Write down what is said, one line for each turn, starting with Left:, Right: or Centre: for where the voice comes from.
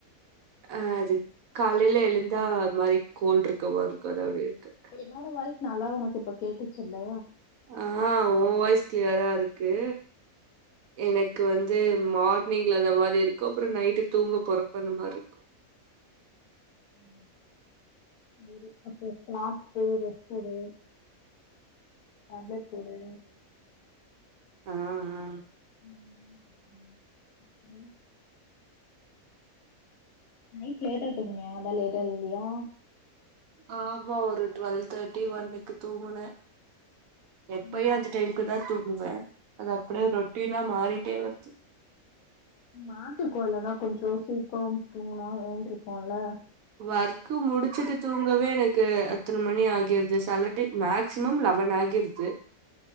Right: அஹ் அது காலையில எலுந்தா ஒரு மாரி கோல்டு் இருக்க மாரி இருக்கும் அதா அப்டி இருக்கு
Left: என்னோட வாய்ஸ் நல்லா உனக்கு இப்ப கேட்டுச்சுல்ல
Right: ஆஹ் ஓ வாய்ஸ் கிளியரா இருக்கு எனக்கு வந்து மார்னிங்ல அந்த மாரி இருக்கும் அப்புறம் நைட்டு தூங்க போறப்ப அந்த மாரி இருக்கும்
Left: ம் சரி அப்புறம் சாப்ட்டு ரெஸ்ட் எடு டேப்லெட் போடு
Right: ஆஹ் ஆஹ்
Left: உம் உம் ம் நைட் லேட்டா தூங்கனியா அதான் லேட்டா எலந்தயா
Right: ஆமா ஒரு டுவெல்வ் தேர்ட்டி ஒன்னுக்கு தூங்குன எப்பயும்
Left: ம்
Right: அது டைமுக்கு தான் தூங்கு வன் அது அப்டே ரொட்டின்னா மாறிட்டே வருது
Left: மாட்டுக்கோ இல்லன்னா கொஞ்சம் சீக்கிரம் தூங்கனா எழுந்திருப்போம் இல்ல
Right: ஒர்க்கு முடிச்சுட்டு தூங்கவே எனக்கு அத்தன மணி ஆகிருது சல்லட்டி மேக்சிமம் லெவன் ஆகிருது